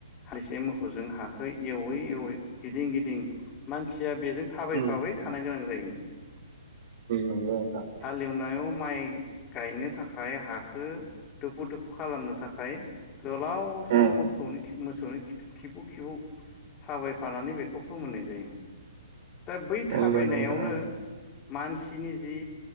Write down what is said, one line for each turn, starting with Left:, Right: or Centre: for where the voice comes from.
Left: हासे मोसौजों हाख एवै एवै गिदिं गिदिं मानसिया बेजों थाबायफाबाय
Right: उम
Left: थानो गोनां जायोमोन <inaudible>
Right: नंगौ नोंथां
Left: हालेवनायाव माइ गायनो थाखाय हाखौ दुफु दुफु खालामनो थाखाय गोलाव
Right: उम
Left: सम मोखौनि मोसौनि खिथु खिबु खिबौ थाबायफानानै बेखौ फोमोननाय जायोमोन दा बै थाबायनायावनो
Right: नंगौ नोंथां
Left: मानसिनि जि